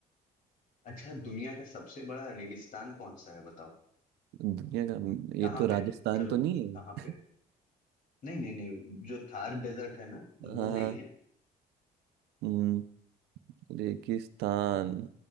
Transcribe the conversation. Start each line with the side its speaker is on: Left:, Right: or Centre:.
Left: अच्छा दुनिया का सबसे बड़ा रेगिस्तान कौन सा है बताओ
Right: दुनिया का
Left: कहाँ
Right: ये तो राजस्थान
Left: पे है चलो
Right: तो नहीं है
Left: कहाँ पे है नहीं नहीं नहीं जो थार डेजर्ट है ना
Right: हाँ
Left: वो नहीं है
Right: हम्म, रेगिस्तान